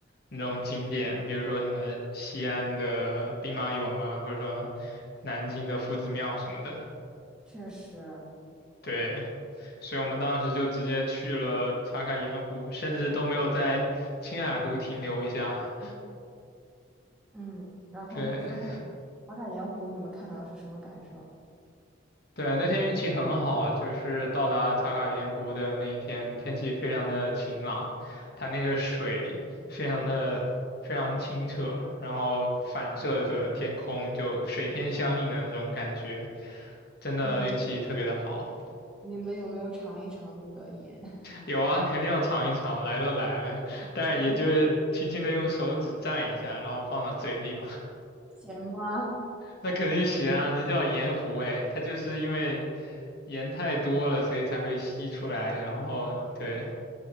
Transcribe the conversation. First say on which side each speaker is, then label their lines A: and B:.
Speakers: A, on the left; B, in the centre.
A: 那种景点，比如说什么西安的兵马俑啊，或者说南京的夫子庙什么的，
B: 确实，
A: 对。所以我们当时就直接去了茶卡盐湖，甚至都没有在青海湖停留一下。
B: 嗯。然后之后，
A: 对
B: 茶卡盐湖你们看到是什么感受？
A: 对，那天运气很好，就是到达茶卡盐湖的那一天，天气非常的晴朗，它那个水非常的非常清澈，然后反射着天空，就水天相映的那种感觉，真的运气特别的好。
B: 嗯，你们有没有尝一尝那个盐？<laughs>
A: 有啊，肯定要尝一尝，来都来了，但也就是轻轻的用手指蘸一下，
B: 嗯，
A: 然后放到嘴里吧。
B: 咸吗？
A: 那肯定行啊，能叫盐湖诶，它就是因为盐太多了，所以才会吸出来，然后对，